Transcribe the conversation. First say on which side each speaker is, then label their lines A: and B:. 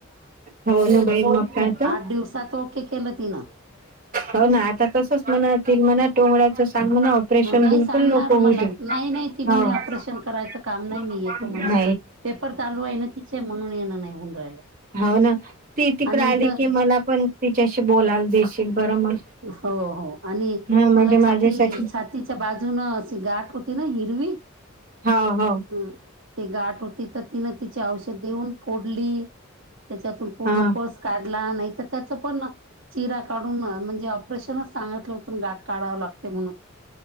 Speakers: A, on the right; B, on the right.
A: हो ना बाई मग काय तर
B: आठ दिवसात ओके केलं तिनं
A: हो ना आता तसच म्हणतील म्हणा टोंगळ्याच <unintelligible>
B: नाही सांगणार मला नाही नाही ती म्हणे ऑपरेशन करायचं काम नाही मी येतो म्हणे पेपर चालू आहे ना ति म्हणून ये नाही. होऊन राहिलं
A: हो ना ती तिकड
B: आणि
A: आली
B: इथं
A: की मला पण तिच्याशी बोलायला देशील बरं मग
B: हो हो. आणि
A: हा म्हणजे
B: मला
A: माझ्यासाठी
B: छाती छातीच्या बाजून अशी गाठ होती ना हिरवी.
A: हो हो
B: अ ते गाठ होती तर तिन तिचे औषध देऊन फोडली. त्याच्यातून पूर्ण
A: हा
B: पस काढला नाही. तर त्याच पण चिरा काढून म्हणजे े ऑपरेशनच सांगितलं होत गाठ काढावं लागते म्हणून